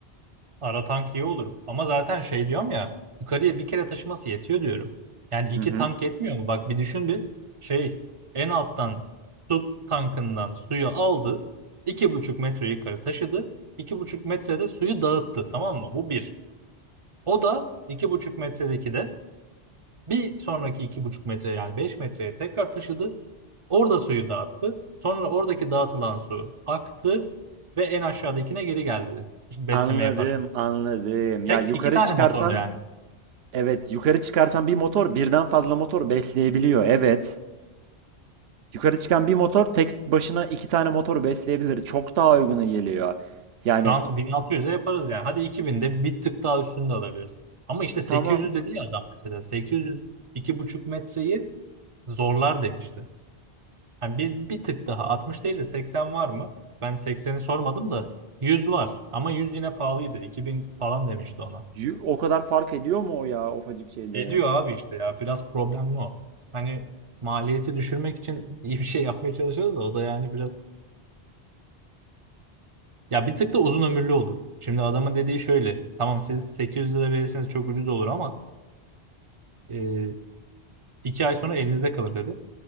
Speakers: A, on the right; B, on the right.
A: Ara tank iyi olur. Ama zaten şey diyorum ya yukarıya bir kere taşıması yetiyor diyorum. Yani iki
B: Hı hı.
A: tank yetmiyor mu? Bak bir düşün bir şey en alttan su tankından suyu aldı. iki buçuk metre yukarı taşıdı. iki buçuk metrede suyu dağıttı tamam mı? Bu bir. O da iki buçuk metredeki de bir sonraki iki buçuk metre yani beş metreye tekrar taşıdı. Orada suyu dağıttı. Sonra oradaki dağıtılan su aktı ve en aşağıdakine geri geldi. İşte besleme
B: Anladım,
A: yaparak.
B: anladım.
A: Tek
B: Ya yukarı
A: iki tane
B: çıkartan
A: motorla yani.
B: Evet, yukarı çıkartan bir motor birden fazla motor besleyebiliyor. Evet. Yukarı çıkan bir motor tek başına iki tane motoru besleyebilir. Çok daha uyguna geliyor. Yani
A: Şu an 1600'e yaparız yani. Hadi 2000'de bir tık daha üstünde alabiliriz. Ama işte 800
B: tamam.
A: dedi ya adam mesela. 800 buçuk metreyi zorlar demişti. Yani biz bir tık daha 60 değil de 80 var mı? Ben 80'i sormadım da 100 var. Ama 100 yine pahalıydı. 2000 falan demişti ona.
B: yu- O kadar fark ediyor mu o ya ufacık şeyde?
A: Ediyor abi işte ya. Biraz problemli o. Hani maliyeti düşürmek için iyi bir şey yapmaya çalışıyoruz da o da yani biraz Ya bir tık da uzun ömürlü olur. Şimdi adama dediği şöyle. Tamam siz 800 lira verirseniz çok ucuz olur ama e, iki ay sonra elinizde kalır dedi.